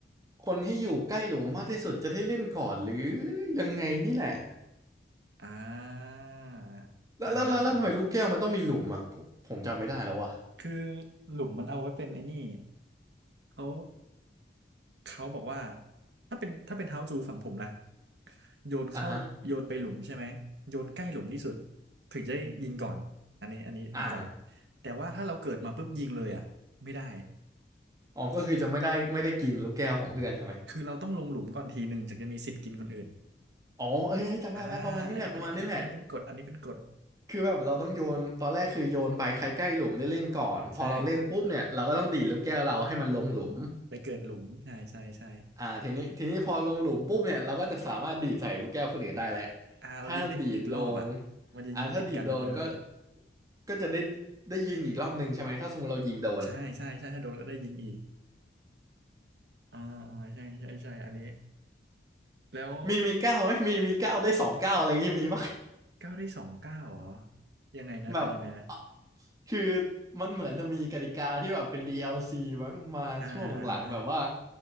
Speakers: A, on the right; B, on the right.
A: คนที่อยู่ใกล้หลุมมากที่สุดจะได้เล่นก่อนหรือยังไงนี่แหละ
B: อ่า
A: แล้วแล้วแล้วแล้วทำไมลูกแก้วมันต้องมีหลุมอ่ะผมผมจำไม่ได้แล้วว่ะ
B: อ่าอ่าอ่าคือหลุมมันเอาไว้เป็นไอ้นี่เขาเขาบอกว่าถ้าเป็นถ้าเป็นเฮาจูฝั่งผมนะโยนเข้าโยนไปหลุมใช่ไหมโยนใกล้หลุมที่สุด
A: อ่ะฮะ
B: ถึงจะยิงก่อนอันนี้อันนี้เหมือนกัน
A: อ่า
B: แต่ว่าถ้าเราเกิดมาปุ๊บยิงเลยอ่ะไม่ได้
A: อ๋อก็คือจะไม่ได้ไม่ได้กินลูกแก้วของเพื่อนใช่ไหม
B: คือเราต้องลงหลุมก่อนทีหนึ่งถึงจะมีสิทธิ์กินคนอื่น
A: อ๋อเอ้ยจำได้แล้วประมาณนี้แหละประมาณนี้แหละ
B: อ่าอันนี้อันนี้อันนี้อันนี้เป็นกฎอันนี้เป็นกฎ
A: คือแบบเราต้องโยนตอนแรกคือโยนไปใครใกล้หลุมได้เล่นก่อนพอเราเล่นปุ๊บเนี่ยเราก็ต้องดีดลูกแก้วเราให้มันลงหลุม
B: ใช่ไปเกิดหลุมใช่ใช่ใช่
A: อ่าทีนี้ทีนี้พอลงหลุมปุ๊บเนี่ยเราก็จะสามารถดีดใส่ลูกแก้วคนอื่นได้แหละ
B: อ่าเรายิงได้อีกรอบอ่ะ
A: ถ้าดีดโดน
B: มันจะยิงติดกันนะผมจำไม่ผิดอ่ะ
A: อ่าถ้าดีดโดนก็ก็จะได้ได้ยิงอีกรอบหนึ่งใช่ไหมถ้าสมมติเรายิงโดน
B: ใช่ใช่ใช่ถ้าโดนก็ได้ยิงอีกอ่าอ่าใช่ใช่ใช่อันนี้แล้ว
A: มีมีเก้าไหมมีมีเก้าได้สองเก้าอะไรอย่างงี้มีปะ
B: เก้าได้สองเก้าเหรอยังไงนะเป็นยังไงนะ
A: แบบอ่ะคือมันเหมือนจะมีกติกาที่แบบเป็น DLC มั้งมาช่วงหลังๆแบบว่า
B: อ่าอ่าอ่าอ่า